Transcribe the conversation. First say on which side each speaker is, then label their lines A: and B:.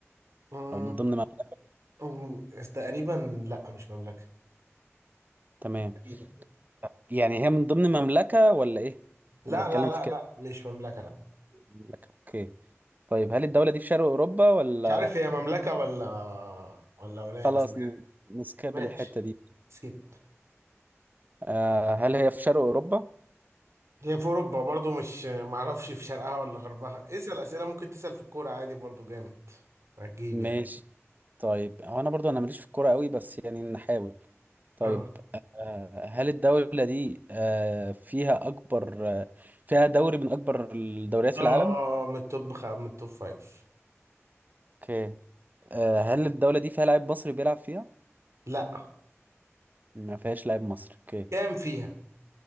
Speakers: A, on the right; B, on the right.
A: أمم،
B: أو من ضمن مملكة؟
A: أمم، تقريبا لا مش مملكه
B: تمام
A: تقريبا
B: يعني هي من ضمن مملكة ولا إيه؟
A: لا
B: أنا بتكلم
A: لا لا
B: في كده
A: لا مش مملكه لا
B: مملكة اوكي طيب هل الدولة دي في شرق أوروبا ولا
A: مش عارف هي مملكه ولا ولا ولايه
B: خلاص
A: بس
B: ن- نسكاب
A: ماشي
B: الحتة دي
A: سكيب
B: آه هل هي في شرق أوروبا؟
A: هي في اوروبا برضو مش معرفش في شرقها ولا غربها اسال اسئله ممكن تسال في الكوره عادي برضو جامد هتجيب
B: ماشي
A: يعني
B: طيب هو أنا برضو أنا ماليش في الكورة قوي بس يعني نحاول طيب
A: اه
B: آه، هل الدولة دي آه، فيها أكبر آه، فيها دوري من أكبر الدوريات في
A: اه
B: العالم؟
A: اه آه، من التوب خ... من التوب فايف
B: اوكي آه، هل الدولة دي فيها لاعب مصري بيلعب فيها؟
A: لا
B: ما فيهاش لاعب مصري اوكي
A: كام فيها